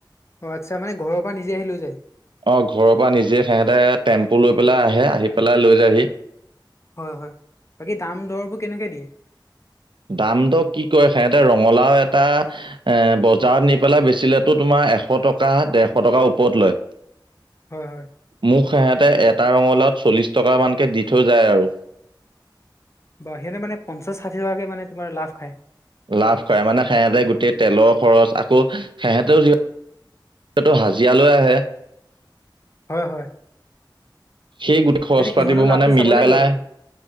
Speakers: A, on the left; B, on the right.
A: অ', আচ্ছা মানে ঘৰ পৰা নিজে আহি লৈ যায়।
B: অ', ঘৰৰ পৰা নিজে সিহঁতে টেম্পু লৈ পেলাই আহে আহি পেলাই লৈ যায়হি।
A: হয় হয় বাকী দাম দৰবোৰ কেনেকে দিয়ে
B: দাম দ কি কয় সিহঁতে ৰঙালাও এটা এ বজাৰত নি পেলাই বেচিলেতো তোমাৰ এশ টকা ডেৰশ টকাৰ ওপৰত লয়।
A: হয় হয়।
B: মোক সিহঁতে এটা ৰঙালাওত চল্লিছ টকামানকে দি থৈ যায় আৰু
A: সিহঁতে মানে পঞ্চাচ ষাঠি টকাকে মানে তোমাৰ লাভ খাই।
B: লাভ কৰে মানে সিহেঁতে গোটেই তেলৰ খৰচ আকৌ সিহেঁতেও যি- টো হাজিৰালৈ আহে
A: হয়, হয়।
B: সেই গোটেই খ,
A: সেইটো
B: ৰচ পাতিবোৰ
A: সিহঁতৰ
B: মানে
A: লাভটো
B: মিলাইলাই
A: চাব লাগিব আৰু